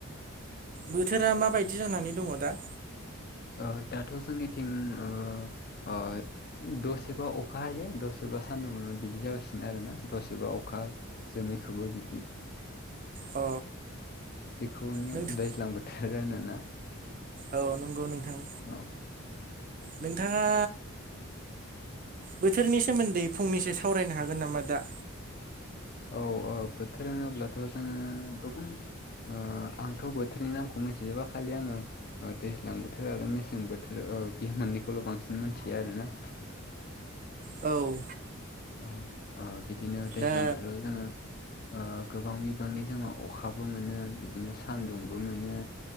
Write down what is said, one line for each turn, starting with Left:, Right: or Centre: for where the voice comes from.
Right: बोथोरा माबायदि जानानै दङ दा
Left: ओ दाथ' जोंनिथिं ओ ओ दसेबा अखा हायो दसेबा सान्दुं मोनो बिदि जागासिनो आरोना दसेबा अखा जोमैखौबो बिदि
Right: अ
Left: बेखौनो
Right: नोंथां
Left: दैज्लां बोथोर होनोना
Right: औ नंगौ नोंथां
Left: औ
Right: नोंथाङा बोथोरनि सोमोन्दै फंनैसो सावरायनो हागोन नामा दा
Left: औ औ बोथोर होनोब्लाथ' जोङो गोबां ओ आंथ' बोथोरनि नामखौ मोनथिजोबा खालि आङो ओ दैज्लां बोथोर आरो मेसें बोथोर ओ बे मोननैखौल' बांसिन मोनथियो आरोना
Right: औ
Left: औ बिदिनो दैज्लां
Right: दा
Left: बोथोराव जोङो ओ गोबां बिबांनि जोंङो अखाबो मोनो बिदिनो सान्दुंबो मोनो